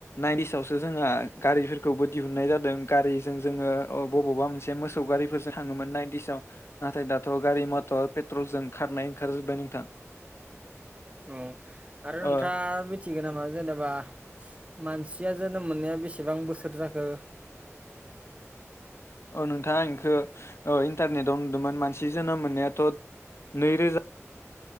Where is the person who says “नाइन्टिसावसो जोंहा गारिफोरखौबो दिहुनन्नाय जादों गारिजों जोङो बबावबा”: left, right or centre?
Left